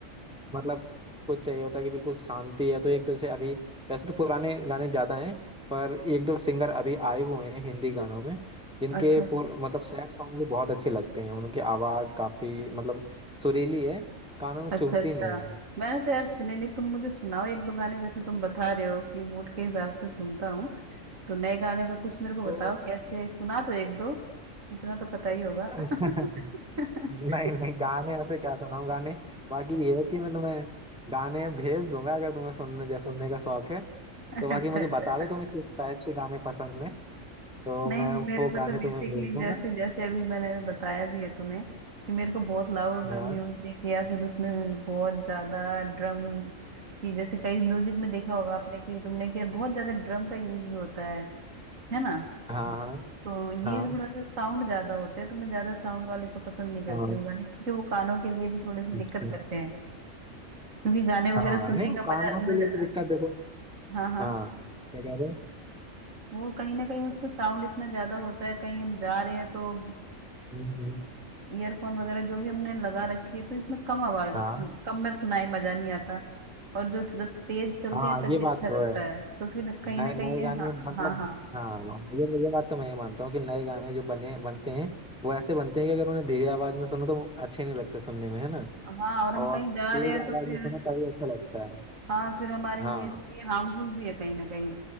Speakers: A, in the centre; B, on the right (about 85°).
A: मतलब कुछ चाहिए होता है कि बिल्कुल शांति है तो एक दो से अभी वैसे तो पुराने गाने ज्यादा हैं पर एक दो सिंगर अभी आए हुए हैं हिंदी गानों में जिनके
B: अच्छा
A: पूर, मतलब सैड सॉन्ग भी बहुत अच्छे लगते हैं उनकी आवाज काफी मतलब सुरीली है कानों में
B: अच्छा
A: चुभती
B: अच्छा
A: नहीं है
B: मैंने तो यार सुने नहीं तुम मुझे सुनाओ एक दो गाने जैसे तुम बता रहे हो कि मूड के हिसाब से सुनता हूँ तो नए गाने का कुछ मेरे को बताओ
A: तो
B: कैसे सुना तो एक दो इतना तो पता ही होगा
A: <laughs>
B: <laughs>
A: नहीं नहीं गाने ऐसे क्या सुनाऊं गाने बाकी ये है कि मैं तुम्हें गाने भेज दूंगा अगर तुम्हें सुनने जै सुनने का शौक है
B: अच्छा
A: तो बाकी मुझे
B: अच्छा
A: बता दो तुम्हें किस टाइप के गाने पसंद है तो
B: नहीं
A: मैं
B: मेरे
A: वो
B: को तो
A: गाने
B: बेसिकली
A: तुम्हें भेज दूंगा
B: जैसे जैसे अभी मैंने बताया भी है तुम्हें कि मेरे को बहुत लाउड
A: हाँ
B: म्यूजिक या फिर उसमें बहुत ज्यादा ड्रम की जैसे कई म्यूजिक में देखा होगा आपने कि तुमने कि यार बहुत ज्यादा ड्रम का यूज भी होता है है ना
A: हाँ हाँ
B: तो
A: हाँ
B: ये थोड़ा सा साउंड ज्यादा होते हैं तो मैं ज्यादा साउंड वाले तो पसंद नहीं करती
A: हाँ
B: हूँ गाने क्योंकि वो कानों के लिए भी थोड़े से
A: अच्छा,
B: दिक्कत
A: अच्छा।
B: करते हैं क्योंकि गाने वगैरह
A: हाँ
B: सुनने
A: नहीं वो
B: का
A: कानों
B: मजा
A: के
B: मजा
A: लिए तो दिक्कत देखो
B: हाँ हाँ
A: हाँ क्या कह रहे हो
B: वो कहीं ना कहीं उसमें साउंड इतना ज्यादा होता है कहीं हम जा रहे हैं तो
A: हम्म, हम्म,
B: ईयरफोन वगैरह जो भी हमने लगा रखी है तो इसमें कम आवाज
A: हाँ
B: सुन- कम में सुनाई मजा नहीं आता और जो जब तेज चलते
A: हाँ
B: हैं तभी
A: ये बात
B: अच्छा
A: तो
B: लगता
A: है
B: है तो फिर कहीं
A: नए
B: ना
A: नए
B: कहीं ये-
A: गाने
B: हाँ
A: मतलब
B: हाँ हाँ
A: हाँ ये ये बात तो मैं मानता हूँ कि नए गाने जो बने बनते हैं वो ऐसे बनते हैं कि अगर उन्हें धीरे आवाज में सुनो तो वो अच्छे नहीं लगते सुनने में है ना
B: हाँ और हम
A: और
B: कहीं
A: तेज
B: जा रहे हैं
A: आवाज
B: तो फिर
A: में सुनो तभी अच्छा लगता है
B: हाँ फिर हमारे
A: हाँ
B: लिए फिर ये हार्मफुल भी है कहीं ना कहीं